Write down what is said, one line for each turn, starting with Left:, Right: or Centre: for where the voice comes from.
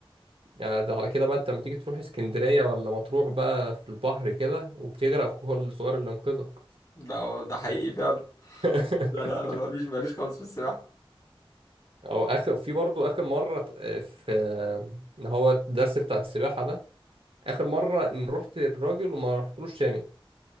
Right: يعني ده على كده بقى انت لما تيجي تروح اسكندرية ولا مطروح بقى في البحر كده وبتغرق <laughs> اخوك الصغير اللي انقذك
Left: ده هو ده حقيقي فعلا
Right: <laughs>
Left: ده انا مفيش ماليش خالص في السباحه
Right: او اخر في برضو اخر مرة ت- آه، في اللي هو الدرس بتاع السباحة ده اخر مرة ان رحت الراجل وما رحتلوش تاني